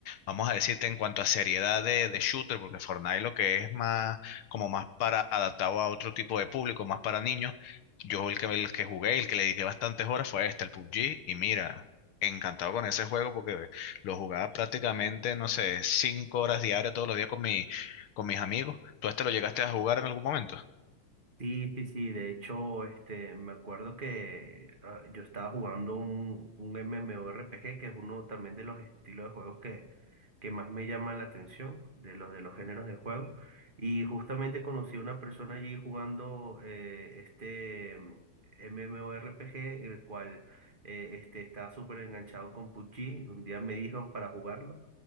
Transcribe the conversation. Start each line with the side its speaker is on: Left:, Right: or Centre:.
Left: vamos a decirte, en cuanto a seriedad de, de shooter, porque Fortnite lo que es más, como más para adaptado a otro tipo de público, más para niños yo el que, el que jugué, el que le dediqué bastantes horas fue este, el PUBG, y mira, encantado con ese juego porque lo jugaba prácticamente, no sé, cinco horas diarias todos los días con mi, con mis amigos. ¿Tú este lo llegaste a jugar en algún momento?
Right: Sí, sí, sí, de hecho, este, me acuerdo que ah, yo estaba jugando un, un MMORPG, que es uno también de los estilos de juegos que, que más me llama la atención, de los de los géneros de juego. Y justamente conocí a una persona allí jugando eh, este mm, MMORPG, el cual eh, este, estaba súper enganchado con PUBG. Un día me dijo para jugarlo